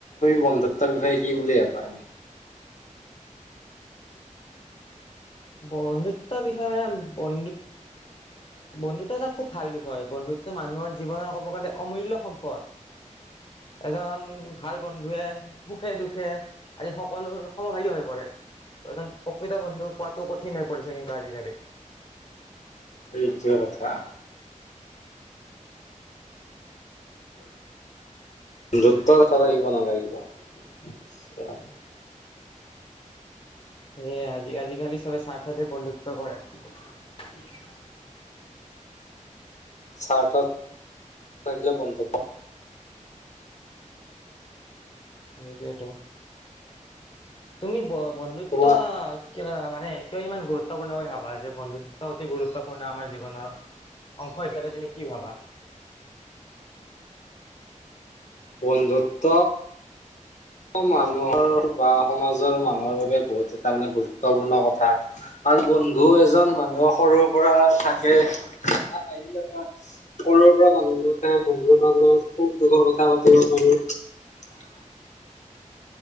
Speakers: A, on the left; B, on the left.
A: বন্ধুত্বৰ বিষয়ে কি বুলি ভাবা।
B: বন্ধুত্বৰ বিষয়ে মানে বন্ধুত বন্ধুত্ব এটা খুব ভাল বিষয়, বন্ধুত্ব মানুহৰ জীৱনৰ ক'ব গ'লে অমূল্য সম্পদ। এজন ভাল বন্ধুৱে সুখে দুখে আদি সকলোৰ সমভাগী হৈ পৰে, এজন প্ৰকৃত বন্ধু পোৱাটো কঠিন হৈ পৰিছে কিন্তু আজিকালি।
A: এইটোৱে কথা। <unintelligible> কথা লাগিব নালাগিব, <unintelligible>
B: সেই আজি আজিকালি চবে স্বাৰ্থতে বন্ধুত্ব কৰে। <inaudible>
A: স্বাৰ্থ থাকিলে বন্ধু
B: এইটোৱেটো। তুমি ব বন্ধুত্ব
A: তোমাৰ
B: কিবা মানে কিয় ইমান গুৰুত্বপূৰ্ণ বুলি ভাবা যে বন্ধুত্ব অতি গুৰুত্বপূৰ্ণ আমাৰ জীৱনৰ অংশ হিচাপে তুমি কি ভাবা।
A: বন্ধুত্ব মানুহৰ বা সমাজৰ মানুহৰ বাবে বহুত এটা মানে গুৰুত্বপূৰ্ণ কথা, কাৰণ বন্ধু এজন মানুহৰ সৰুৰ পৰা থাকে, সৰুৰ পৰা মানুহ লগতে বন্ধুৰ লগত সুখ দুখৰ কথা পাতিব পাৰো।